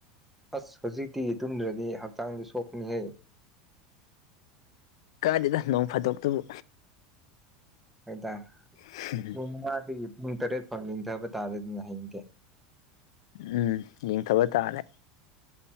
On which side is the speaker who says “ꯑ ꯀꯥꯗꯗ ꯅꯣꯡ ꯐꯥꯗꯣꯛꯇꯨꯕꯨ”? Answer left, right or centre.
Left